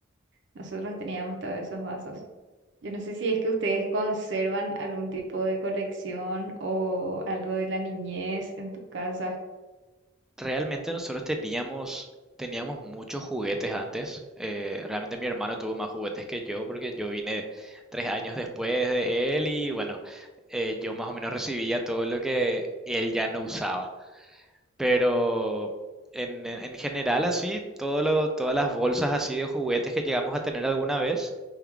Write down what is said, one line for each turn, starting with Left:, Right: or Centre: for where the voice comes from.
Right: Nosotros teníamos todos esos vasos. Yo no sé si es que ustedes conservan algún tipo de colección o algo de la niñez en tu casa.
Centre: Realmente nosotros teníamos, teníamos muchos juguetes antes. eh, realmente mi hermano tuvo más juguetes que yo porque yo vine tres años después de él y bueno, eh, yo más o menos recibía todo lo que él ya no usaba. Pero en, en- en general así, todo lo- todas las bolsas así de juguetes que llegamos a tener alguna vez.